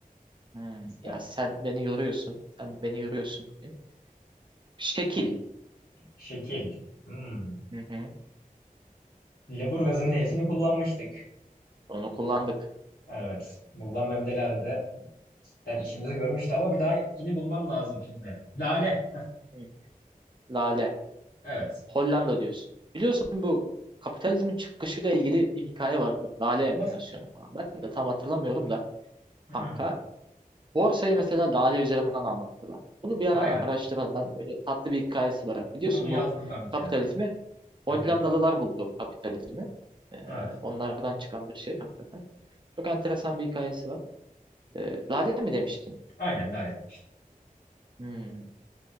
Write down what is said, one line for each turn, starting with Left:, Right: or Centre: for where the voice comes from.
Right: Hmm,
Left: Sen-
Right: Ya sen beni yoruyorsun. Sen beni yoruyorsun bugün. Şekil.
Left: Şekil. Hmm.
Right: Hı hı.
Left: Leburgaz'ın L'sini kullanmıştık.
Right: Onu kullandık.
Left: Evet. Buradan Mehmet Ali Erbil'e cidden işimizi görmüştü ama bir daha yeni bulmam lazım şimdi. Lale.
Right: Hı hı. Lale.
Left: Evet.
Right: Hollanda diyorsun. Biliyorsun bu kapitalizmin çıkışıyla ilgili bir hikaye vardır. Lale enflasyonu
Left: Nasıl?
Right: falan. Ben de tam hatırlamıyorum da kanka.
Left: Hmm.
Right: Borsayı mesela lale üzerinden anlattılar. Bunu bir ara
Left: Vay be.
Right: araştıralım. Ben öyle tatlı bir hikayesi var. Biliyorsun
Left: Onu yazdım
Right: bu
Left: ben bir kenara.
Right: kapitalizmi
Left: Hı-hı.
Right: Hollandalılar buldu kapitalizmi. Ee,
Left: Evet.
Right: onlardan çıkan bir şey hakikaten. Çok enteresan bir hikayesi var. Ee, lale mi demiştin?
Left: Aynen lale demiştim.
Right: Hmm.